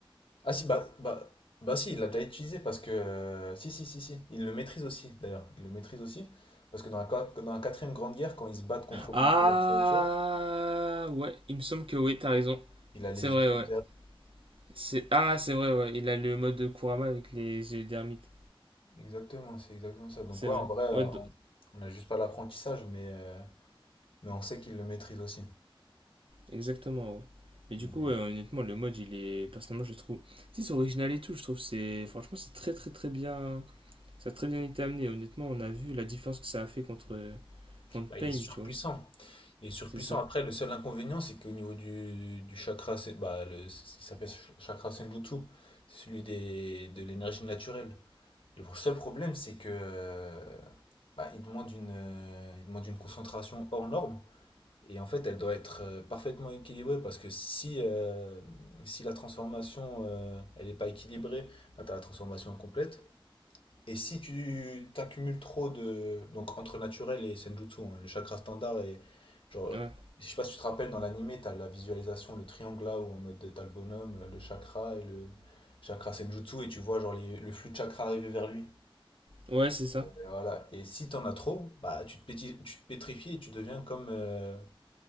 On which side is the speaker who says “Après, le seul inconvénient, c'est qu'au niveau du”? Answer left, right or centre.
Left